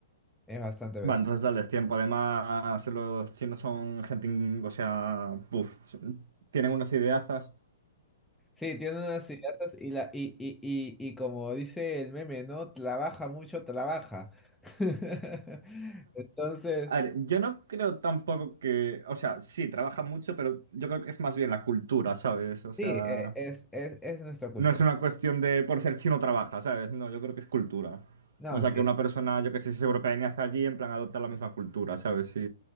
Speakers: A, in the centre; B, on the right (about 75°).
A: es bastante reciente.
B: Va, entonces dales tiempo. Además, los chinos son gente, in- o sea, puf, son- tienen unas ideazas.
A: Sí, tiene unas ideas y, la, y, y, y, y como dice el meme, ¿no? Trabaja mucho, trabaja. <laughs> Entonces...
B: A ver, yo no creo tampoco que, o sea, sí, trabaja mucho, pero yo creo que es más bien la cultura, ¿sabes? O sea,
A: Sí, eh, es, es, es nuestra cultura.
B: no es una cuestión de por ser chino trabaja, ¿sabes? No, yo creo que es cultura.
A: No,
B: O sea,
A: sí.
B: que una persona, yo que sé, si es europea y nace allí, en plan adopta la misma cultura, ¿sabes? Sí.